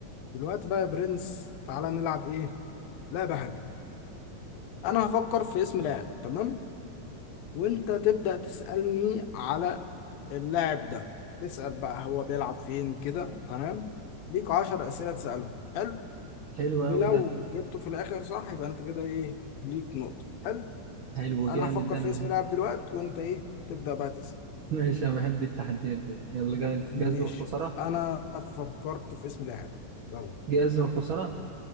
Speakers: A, on the left (about 90°); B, on the right (about 85°).
A: دلوقتي بقى يا برنس تعالى نلعب ايه لعبة حلوة انا هفكر في اسم لاعب تمام وانت تبدأ تسألني على اللاعب ده تسأل بقى هو بيلعب فين كده تمام ليك عشر أسئلة تسألهم حلو
B: حلو
A: ولو
B: أوي ده
A: جبته في الآخر صح يبقى انت كده ايه ليك نقطة حلو
B: حلو
A: انا
B: جامد
A: هفكر
B: ده أنا
A: في
B: بحب
A: اسم لاعب دلوقتي وانت ايه تبدأ بقى تسأل
B: <laughs> ماشي أنا بحب التحديات دي يلا جاهز
A: ماشي
B: جاهز للخسارة
A: انا فكرت في اسم لاعب يلا
B: جاهز للخسارة